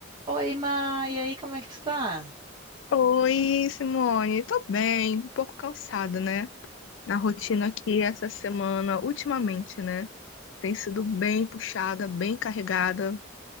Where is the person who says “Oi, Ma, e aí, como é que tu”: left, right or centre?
Right